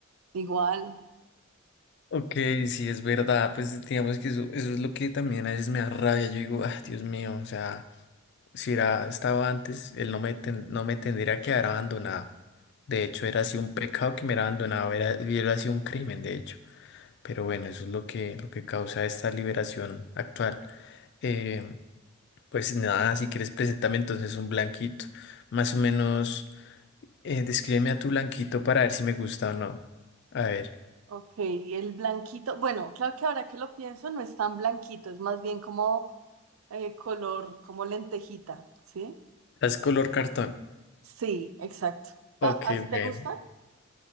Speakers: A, on the right; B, on the left.
A: igual.
B: Ok, sí, es verdad, pues digamos que eso, eso es lo que también a veces me da rabia, yo digo, ah, Dios mío, o sea, si era, estaba antes, él no me, ten- no me tendría que haber abandonado. De hecho, era así un pecado que me hubiera abandonado, era, hubiera sido un crimen, de hecho. Pero bueno, eso es lo que, lo que causa esta liberación actual. Eh, pues nada, si quieres, preséntame entonces un blanquito. Más o menos, eh, descríbeme a tu blanquito para ver si me gusta o no. A ver,
A: Ok, el blanquito. Bueno, claro que ahora que lo pienso no es tan blanquito, es más bien como eh, color, como lentejita, ¿sí?
B: es color cartón.
A: Sí, exacto. Ta-
B: Ok,
A: ¿Así te
B: bien.
A: gustan?